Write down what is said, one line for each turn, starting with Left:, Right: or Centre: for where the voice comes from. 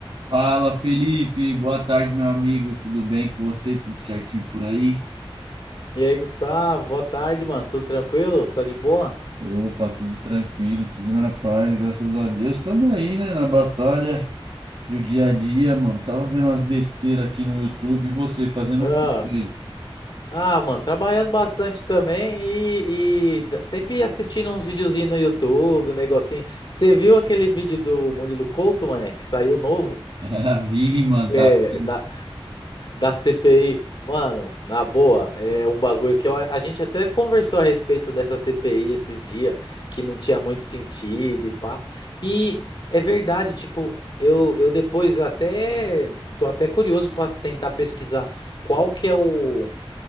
Right: Fala, Felipe. Boa tarde, meu amigo. Tudo bem com você? Tudo certinho por aí?
Left: E aí, Gustavo, boa tarde, mano. Tudo tranquilo? Só de boa?
Right: Opa, tudo tranquilo, tudo na paz, graças a Deus. estamos aí, né, na batalha do dia a dia, mano. Tava vendo umas besteiras aqui no YouTube. E você, fazendo
Left: Ah,
Right: o quê por aí?
Left: ah, mano, trabalhando bastante também e, e da- sempre assistindo uns videozinhos no YouTube, um negocinho. Você viu aquele vídeo do Murilo Couto, mané, que saiu novo?
Right: <laughs> Ah, vi, mano,
Left: Que
Right: tá
Left: é
Right: vendo?
Left: da, Da CPI, mano, na boa, é um bagulho que eu- a gente até conversou a respeito dessa CPI esses dias, que não tinha muito sentido e pá. E é verdade, tipo, eu, eu depois até tô até curioso para tentar pesquisar qual que é o,